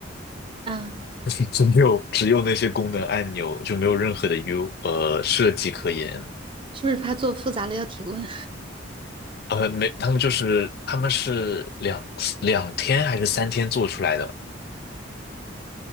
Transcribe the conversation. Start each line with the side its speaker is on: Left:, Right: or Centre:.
Right: 啊？
Left: <laughs> 只有只有那些功能按钮，就没有任何的 U 呃设计可言。
Right: 是不是怕做复杂了要提问？
Left: 呃，没，他们就是他们是两两天还是三天做出来的，